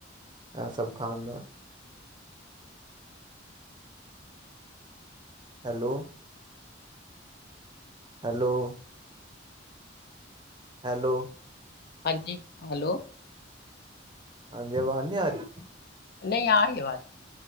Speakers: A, on the right; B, on the left.
A: ਇਹ ਸਭ ਖਾਣ ਨਾਲ ਹੈਲੋ ਹੈਲੋ। ਹੈਲੋ।
B: ਹਾਂਜੀ। ਹੈਲੋ
A: ਹਾਂਜੀ। ਆਵਾਜ਼ ਨਹੀ ਆ ਰਹੀ।
B: ਨਹੀ ਆ ਰਹੀ ਐ ਆਵਾਜ਼